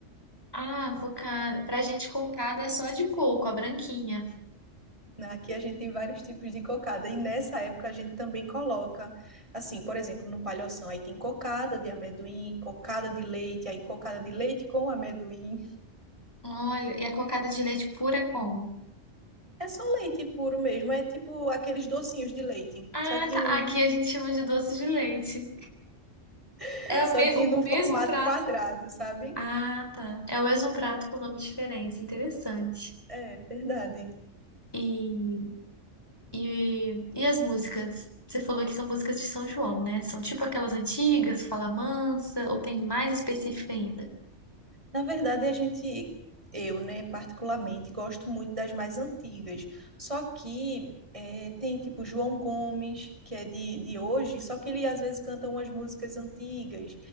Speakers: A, on the left; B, on the right.
A: ah, cocada. Pra gente, cocada é só de coco, a branquinha.
B: né? Aqui a gente tem vários tipos de cocada, e nessa época a gente também coloca, assim, por exemplo, no palhoção, aí tem cocada de amendoim, cocada de leite, aí cocada de leite com amendoim.
A: Olha, e a cocada de leite pura é como?
B: É só leite puro mesmo, é tipo aqueles docinhos de leite,
A: Ah,
B: só que,
A: tá. Aqui a gente chama de doce de leite.
B: <laughs>
A: É a
B: só
A: me-
B: que
A: o
B: no
A: mesmo
B: formato
A: prato.
B: quadrado, sabe?
A: Ah, tá. É o mesmo prato com nome diferente. Interessante.
B: É, verdade.
A: E, e, e as músicas? Você falou que são músicas de São João, né? São tipo aquelas antigas, Fala Mansa, ou tem mais específica ainda?
B: Na verdade, a gente, eu, né, particularmente, gosto muito das mais antigas. Só que é, tem tipo João Gomes, que é de, de hoje, só que ele às vezes canta umas músicas antigas,